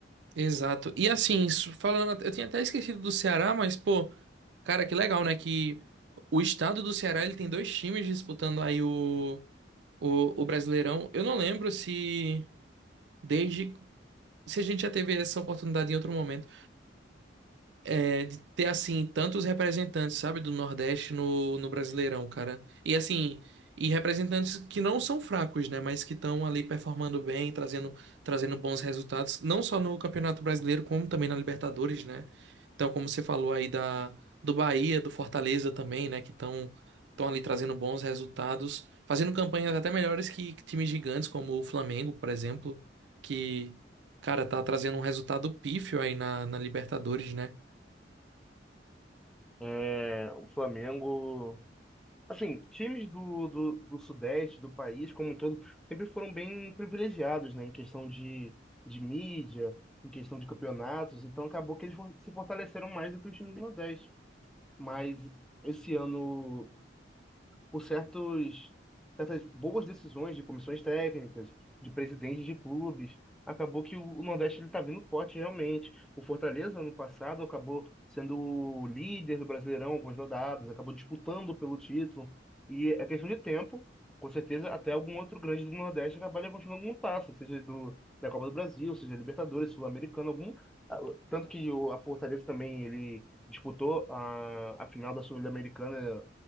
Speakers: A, on the right; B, in the centre.
A: Exato. E assim, isso- falando, eu tinha até esquecido do Ceará, mas pô, cara, que legal, né? Que o estado do Ceará ele tem dois times disputando aí o, o, o Brasileirão. Eu não lembro se desde se a gente já teve essa oportunidade em outro momento é, de ter assim tantos representantes, sabe, do Nordeste no, no Brasileirão, cara. E assim, e representantes que não são fracos, né, mas que estão ali performando bem, trazendo trazendo bons resultados, não só no Campeonato Brasileiro, como também na Libertadores, né? Então, como você falou aí da do Bahia, do Fortaleza também, né, que estão estão ali trazendo bons resultados, fazendo campanhas até melhores que times gigantes como o Flamengo, por exemplo, que Cara, tá trazendo um resultado pífio aí na, na Libertadores, né?
B: É, o Flamengo, assim, times do, do, do Sudeste, do país como um todo, sempre foram bem privilegiados, né, em questão de, de mídia, em questão de campeonatos, então acabou que eles for- se fortaleceram mais do que os times do Nordeste. Mas esse ano por certos, certas boas decisões de comissões técnicas, de presidentes de clubes. Acabou que o o Nordeste ele está vindo forte realmente. O Fortaleza, ano passado, acabou sendo o líder do Brasileirão algumas rodadas, acabou disputando pelo título. E é questão de tempo, com certeza, até algum outro grande do Nordeste acabar levantando algum passo, seja do, da Copa do Brasil, seja Libertadores, Sul-Americano, algum. ah, Tanto que o, a Fortaleza também ele disputou a, a final da Sul-Americana